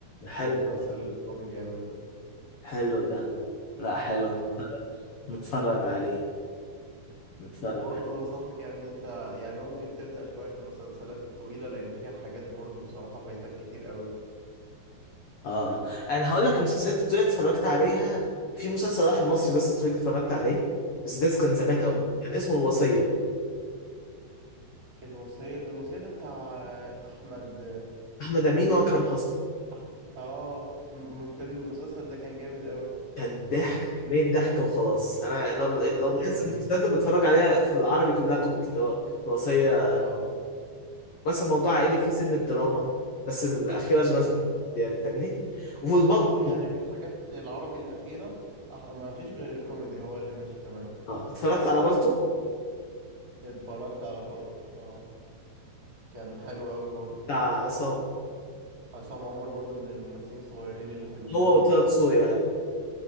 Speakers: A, on the right; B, on the left.
A: كان
B: حلو
A: مسلسل
B: ده
A: درامي جامد ده
B: حلو ده لا حلو
A: اه
B: نتفرج عليه نتفرج
A: وبرضه انصحك يعني انت يعني ممكن تبدأ شوية في المسلسلات الطويلة لان فيها حاجات برضه بصراحة فايتك كتير قوي
B: اه انا هقول لك المسلسلات الطويله اتفرجت عليها في مسلسل واحد مصري بس طويل اتفرجت عليه بس ده كان زمان
A: ايه
B: قوي كان اسمه الوصيه
A: الوصية الوصية ده بتاع احمد
B: احمد امين واكرم حسني
A: احمد اه الم- الفيلم المسلسل ده كان جامد قوي
B: كان ضحك كميه ضحك وخلاص انا لو لو
A: ضحك
B: بحس
A: رهيب
B: المسلسلات اللي بتفرج عليها في العربي كلها كوميدي اللي هو الوصيه
A: اه
B: مثلا موضوع عائلي فيه سن الدراما بس الاخيره اشغال
A: اي
B: شقة كوميدي يعني فاهمني والبلطو
A: بصراحة يعني في الحاجات العربي الأخيرة أح- ما فيش غير الكوميدي هو اللي ماشي تمام
B: اه اتفرجت على بلطو
A: اتفرجت على بالطو اه كان حلو قوي برضو
B: بتاع عصام
A: عصام عمر برضو من الممثلين الصغيرين اللي حلوين
B: هو
A: قوي
B: وطه دسوقي ايوه